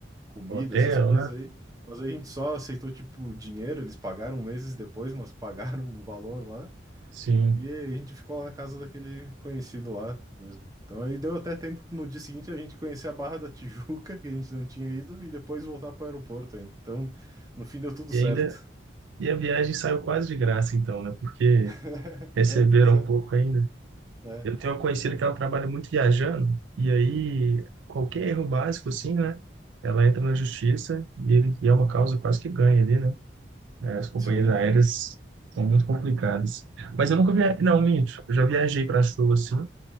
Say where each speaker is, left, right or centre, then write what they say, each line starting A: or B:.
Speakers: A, on the right; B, on the right.
A: comida,
B: Hotel,
A: essas coisas
B: né?
A: aí. Mas aí a gente só aceitou, tipo, dinheiro. Eles pagaram meses depois, mas <laughs> pagaram um valor lá.
B: Sim.
A: E a gente ficou lá na casa daquele conhecido lá mesmo. Então aí deu até tempo no dia seguinte a gente conhecer a Barra da Tijuca, que a gente não tinha ido, e depois voltar para o aeroporto ainda. Então, no fim deu tudo
B: E
A: certo.
B: ainda, e a viagem saiu quase de graça, então, né? Porque
A: <laughs>
B: Receberam
A: É, pois é,
B: um pouco ainda.
A: né?
B: Eu tenho uma conhecida que ela trabalha muito viajando, e aí qualquer erro básico, assim, né? Ela entra na justiça e, ele- e é uma causa quase que ganha ali, né? É, As companhias
A: Sim,
B: aéreas são muito complicadas. Mas eu nunca viajei. Não, minto. Eu já viajei para show, assim.